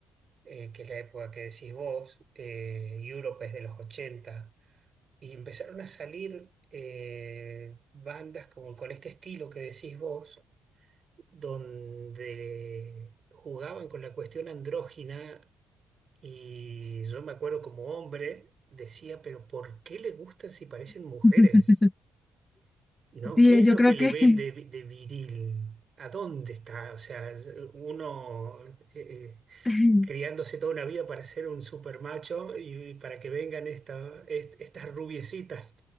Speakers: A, on the right; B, on the left.
A: eh, que es la época que decís vos, eh, Europe es de los 80, y empezaron a salir eh, bandas como con este estilo que decís vos, donde jugaban con la cuestión andrógina y yo me acuerdo como hombre, decía, pero ¿por qué le gustan si parecen mujeres?
B: <laughs>
A: ¿No?
B: Sí,
A: ¿Qué es
B: yo
A: lo
B: creo
A: que le
B: que
A: ven de, vi- de viril? ¿A dónde está? O sea, es- uno eh, eh,
B: <laughs>
A: criándose toda una vida para ser un super macho y, para que vengan esta- est- estas rubiecitas